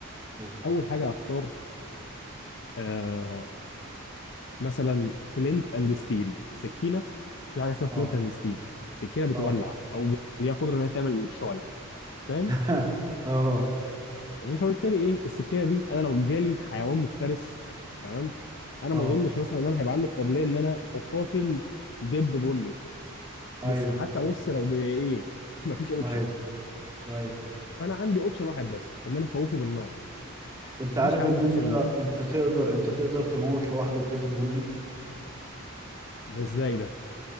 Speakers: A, on the right; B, on the left.
A: قول
B: أول حاجة هختار آه مثلا فلنت أند ستيل سكينة في حاجة اسمها فلنت
A: آه
B: أند ستيل سكينة بتولع
A: آه
B: أو بت... هي قدرة إنها تعمل شعلة فاهم؟
A: <laughs> آه
B: تمام فبالتالي إيه السكينة دي أنا لو جالي حيوان مفترس تمام؟ أنا
A: آه
B: ما أظنش مثلا إن أنا هيبقى عندي قابلية إن أنا أقاتل دب بني
A: أيوه
B: بس حتى بص لو بايه مفيش اوبشن
A: أيوه أيوه
B: فانا عندي اوبشن واحد بس ان انا اخوفه بالنار
A: أنت
B: مفيش
A: عارف
B: حيوان
A: إن
B: بيخافش
A: أنت
B: بالنار
A: أنت تقدر أنت تقدر تموت لوحدك دب بني؟
B: ده ازاي ده